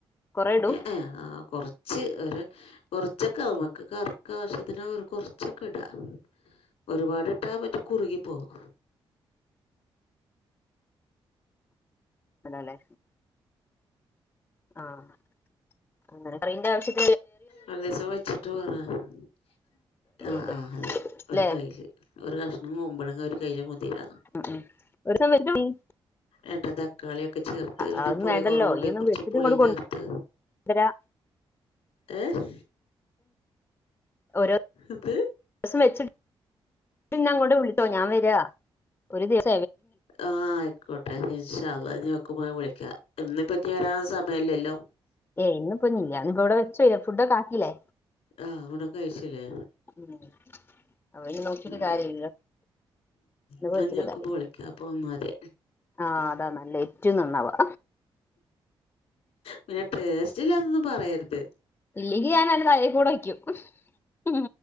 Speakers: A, on the left; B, on the left.
A: കൊറേ ഇടൂ
B: ഏ ഏ കൊർച്ച് ഒരു കൊറച്ചൊക്കെ അമക്ക് കറിക്കാവശ്യത്തിനോരു കൊർച്ചൊക്കെ ഇടാ ഒരുപാടിട്ടാ പറ്റെ കുറുകി പോവു
A: അതെല്ലെ ആഹ് അ്ങ്ങനെ പറേണ്ട്യ വ്ശ്യല്യ
B: ഒരു ദിവസം വെച്ചിട്ട് <unintelligible> ആഹ്
A: ഉണ്ട്
B: ആഹ് അതെ ഒരു
A: ല്ലെ
B: കയ്യില് ഒരു കഷ്ണം കൊമ്പഴങ്ങ ഒരു കയ്യില് മുതിര
A: ഉം ഉം ഒരു സം <unintelligible>
B: ഏട്ടത ക്കാളിയൊക്കെ ചേർത്ത് പിന്നെ
A: അതൊന്നും
B: പുളി
A: വേണ്ടല്ലോ
B: കൊറവ്ണ്ടെ
A: ഇയ്യൊന്ന്
B: കൊർച്ച്
A: വെച്ചിട്ട്
B: പുളി
A: ഇങ്ങോട്ട്
B: ചേർത്ത്
A: കൊണ്ടുവരാ
B: ഏഹ്
A: ഓരോ
B: ഇത്
A: സം വെച്ചി ഇന്നെ അങ്ങോട്ട് വിളി റ്റോ ഞാൻ വര ഒരു ദിവസ്
B: ആഹഹ് ആയിക്കോട്ടെ ഇഷാഅള്ളാ ഇഞ് വെക്കുമ്പ വിളിക്കാ ഇന്നിപ്പൊ <unintelligible> സമയല്ലല്ലോ
A: ഏയ് ഇന്നിപ്പോ ഇല്ല ഇന്നിപ്പോ ഇവിടെ വെച്ചോ ഫുഡൊക്കെ ആക്കിയില്ലേ
B: ആഹ് ഊണൊക്കെ കഴിച്ച്ല്ലേ
A: <unintelligible> അവരെ നോക്കീട്ട്
B: ഉം
A: കാര്യമില്ലല്ലോ ഇന്ന് പ്പൊ
B: ന്നാ
A: വെച്ചിട്ട്
B: ഇനി വെക്കുമ്പോ
A: കാര്യല്ല
B: വിളിക്കാം അപ്പൊ മതി
A: ആഹ് അതാ നല്ലത് ഏറ്റവും നന്നാവാ
B: പിന്നെ ടേസ്റ്റ് ഇല്ലാന്നൊന്നും പറയരുത്
A: ഇല്ലെങ്കി ഞാൻ അന്റെ തലേ കൂടെ ഒയ്ക്കും ഉം